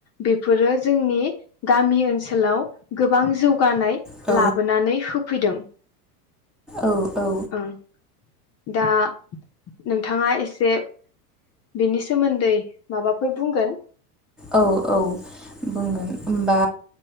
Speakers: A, on the left (about 30°); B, in the centre.
A: बेफोरो जोंनि गामि ओनसोलाव गोबां जौ गानाय
B: औ
A: लाबोनानै होफैदों।
B: औ औ।
A: ओं दा नोंथाङा एसे बेनि सोमोन्दै माबाफोर बुंगोन?
B: औ औ बुंगोन बा